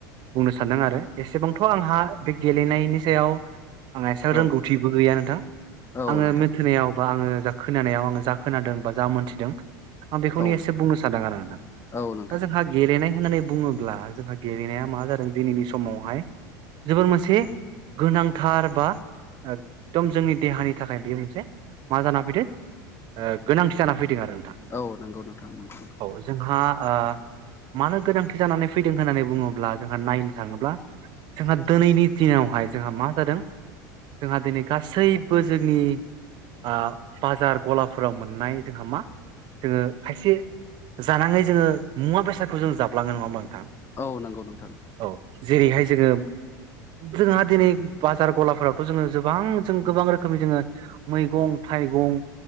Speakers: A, on the right (about 50°); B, on the left (about 25°).
A: बुंनो सानदों आरो एसेबांथ आंहा बे गेलेनायनि सायाव आंहा एसे रोंगौथिबो
B: औ
A: गैया नोंथां
B: औ
A: आङो
B: नोंथां
A: मेथोनायावबा आङो जा खोनानायाव आङो जा खोनादों बा जा मोन्थिदों आं बेखौनो
B: औ
A: एसे बुंनो सान आरो नोंथां
B: औ नोंथां
A: दा जोंहा गेलेनाय होननानै बुङोब्ला जोंहा गेलेनाया मा जादों दिनैनि समावहाय जोबोर मोनसे गोनांथार बा एकदम जोंनि देहानि थाखाय बेयो मोनसे मा जाना फैदो ओ गोनांथि जाना फैदों आरो नोंथां
B: औ नंगौ नोंथांं
A: औ जोंहा ओ मानो गोनांथि जानानै फैदों होननानै बुङोब्ला जोंहा नायनो थाङोब्ला जोंहा दोनैनि दिनावहाय जोंहा मा जादों जोंहा दिनै गासैबो जोंनि ओ बाजार गलाफोराव मोननाय जोंहा मा जोङो खायसे जानाङै जोङो मुवा बेसादखौ जों जाफ्लांङो नङा होमबा नोंथां
B: औ नंगौ नोंथां
A: औ जेरैहाय जोङो जोंहा दिनै बाजार गलाफोरावथ' जोङो जोबां जों गोबां रोखोमनि जोङो मैगं थाय थाइगं